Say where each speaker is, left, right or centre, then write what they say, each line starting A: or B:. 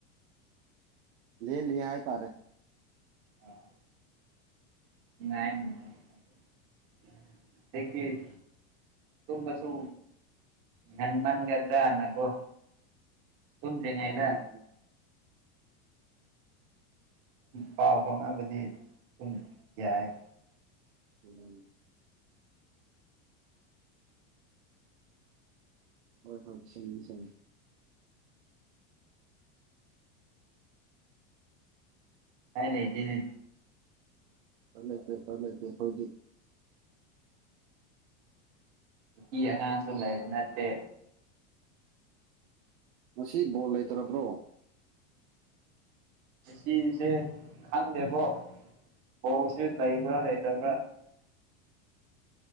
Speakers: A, on the right (about 70°); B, on the right (about 45°).
A: ꯂꯩ ꯂꯩ ꯍꯥꯏ ꯇꯔꯦ
B: ꯑ <unintelligible> <inaudible> ꯉꯅꯨꯡ ꯇꯨꯝꯕꯁꯨ ꯉꯟꯃꯟꯒꯗ꯭ꯔꯥꯅꯀꯣ ꯇꯣꯡꯝꯇꯉ
A: ꯑꯗꯨꯅꯤ
B: ꯏ ꯇ
A: ꯑꯗꯨꯅꯤ
B: ꯄꯥꯎ ꯐꯣꯅꯕꯗꯤ ꯊ ꯌꯥꯌꯥꯏ
A: ꯎꯝ ꯍꯣꯏ ꯍꯣꯏ ꯁ ꯁ
B: ꯀꯥꯏ ꯂꯩꯥꯏꯇꯅꯦ
A: ꯐꯂ ꯐꯂꯦꯦꯈꯣꯖꯤ
B: ꯅꯨꯄꯤ ꯑꯉꯥꯡꯁꯨ ꯂꯩꯕ ꯅꯠꯇꯦ
A: ꯃꯁꯤ ꯕꯣꯜ ꯂꯩꯇ꯭ꯔꯔꯕ꯭ꯔꯣ
B: ꯁꯤꯁꯦ ꯈꯪꯗꯦꯕꯣ ꯍꯁꯤ ꯂꯩꯏꯕ꯭ꯔ ꯂꯩꯇꯕ꯭ꯔ